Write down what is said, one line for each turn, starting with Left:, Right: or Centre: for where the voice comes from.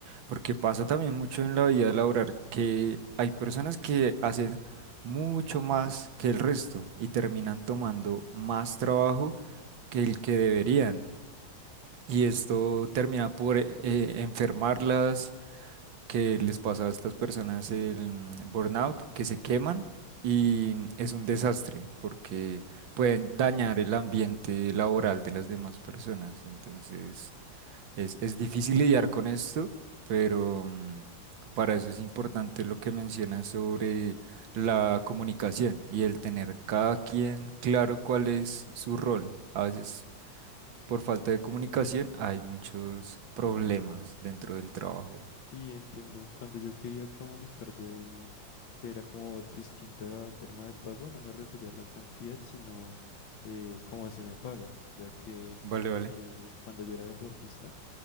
Right: porque pasa también mucho en la vida laboral que hay personas que hacen mucho más que el resto y terminan tomando más trabajo que el que deberían.
Left: Sí,
Right: Y esto
Left: correcto.
Right: termina por eh, eh, enfermarlas, que les pasa a estas personas el mm, burnout, que se queman y es un desastre porque pueden dañar el ambiente laboral de las demás personas. Entonces es, es difícil lidiar con esto, pero mm, para eso es importante lo que mencionas sobre la comunicación y el tener cada quien claro cuál es su rol. A veces por falta de comunicación hay muchos problemas dentro del trabajo.
Left: Sí, entiendo. Cuando yo quería comunicar de que era como distinta la forma de pago, no me refería a la cantidad, sino eh, cómo se me paga, ya que
Right: Vale, vale.
Left: eh, cuando yo era deportista,